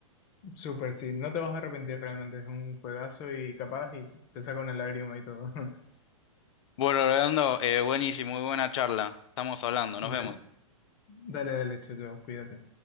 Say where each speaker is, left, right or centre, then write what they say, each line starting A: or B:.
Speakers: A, on the left; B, on the left.
A: Súper, sí, no te vas a arrepentir realmente, es un juegazo y capaz y t- te saca una lágrima y todo. <laughs>
B: Bueno, Leandro, eh, buenísimo, muy buena charla. Estamos hablando, nos
A: Dale,
B: vemos.
A: dale, dale, chao, chao, cuídate.